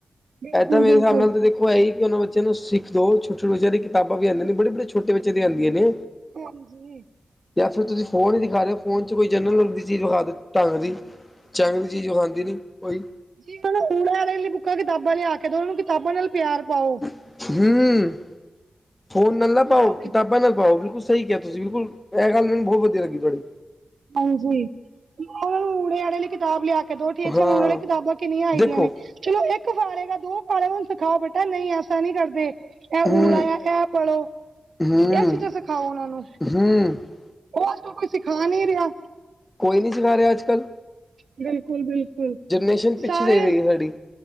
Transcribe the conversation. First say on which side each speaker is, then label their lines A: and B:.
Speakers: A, on the right; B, on the left.
A: ਬਿਲਕੁਲ
B: ਇਦਾ ਮੇਰੇ
A: ਬਿਲਕੁਲ
B: ਹਿਸਾਬ ਨਾਲ ਤਾਂ ਦੇਖੋ ਇਹ ਹੀ ਕਿ ਉਨਾ ਬੱਚਿਆ ਨੂੰ ਸਿੱਖ ਦੋ ਛੋਟੇ-ਛੋਟੇ ਬੱਚਿਆਂ ਦੀ ਕਿਤਾਬਾ ਵੀ ਆਦੀਆ ਨੇ ਬੜੇ-ਬੜੇ ਛੋਟੇ ਬੱਚਿਆ ਦੀ ਆਦੀਆ ਨੇ।
A: ਹਾਂਜੀ।
B: <inaudible> ਚੰਗੀ ਚੀਜ਼ ਉਹ ਖਾਂਦੀ ਨਹੀਂ ਕੋਈ
A: ਜ ਉਹ ਨੂੰ ਉਰੇ ਅਰੇ ਵਾਲੇ ਲਈ ਬੁੱਕਾਂ ਕਿਤਾਬਾਂ ਲਿਆ ਕੇ ਤੇ ਉਹ ਨੂੰ ਕਿਤਾਬਾਂ ਨਾਲ ਪਿਆਰ ਪਾਓ।
B: ਹਮ ਫੋਨ ਨਾਲ
A: ਅੱਜਕੱਲ
B: ਨਾ ਪਾਓ
A: ਦੇਖੋ
B: ਕਿਤਾਬਾਂ ਨਾਲ ਪਾਓ ਬਿਲਕੁਲ ਸਹੀ ਕਿਹਾ। ਤੁਸੀ ਬਿਲਕੁਲ ਇਹ ਗੱਲ ਮੈਨੂੰ ਬਹੁਤ ਵਧੀਆ ਲੱਗੀ ਤੁਹਾਡੀ
A: ਹਾਂਜੀ। ਉਹ ਨੂੰ ਉੜੇ ਆੜੇ ਲਈ ਕਿਤਾਬ ਲਿਆ ਕੇ ਦੋ ਟੀਚਰ
B: ਹਾਂ
A: ਹੋਣ ਵਾਲੀਆਂ ਕਿਤਾਬਾਂ ਕਿੰਨੀਆਂ ਆਈ
B: ਦੇਖੋ
A: ਦੀਆਂ ਨੇ। ਚਲੋ ਇੱਕ ਪਾਲੇਗਾ ਦੋ ਪਾਲੇਗਾ ਹੂੰ ਸਿਖਾਓ ਬੇਟਾ ਨਹੀਂ ਐਸਾ ਨਹੀਂ ਕਰਦੇ। ਇਹ ਉਰਾ
B: ਹੂੰ
A: ਐਰਾ ਇਹ ਪੜਲੋ
B: ਹੂੰ
A: ਇਹ ਚੀਜ਼ਾਂ ਸਿਖਾਓ ਉਹਨਾਂ ਨੂੰ
B: ਹੂੰ
A: ਉਹ ਅੱਜ ਕੋਈ ਸਿਖਾ ਨੀ ਰਿਹਾ।
B: ਕੋ ਨਹੀਂ ਸਿੱਖ ਰਿਹਾ ਅੱਜ ਕੱਲ
A: ਬਿਲਕੁਲ - ਬਿਲਕੁਲ।
B: ਜਨਰੇਸ਼ਨ ਪਿੱਛੇ
A: ਸਾਰੇ
B: ਦੇ ਰਹੀਗੀ ਸਾਡੀ।